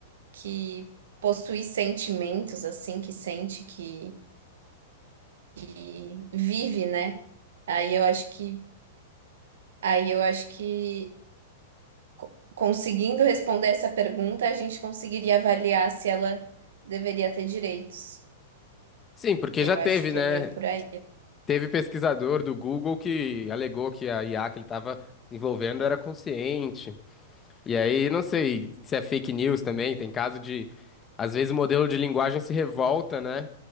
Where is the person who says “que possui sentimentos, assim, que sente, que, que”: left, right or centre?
Right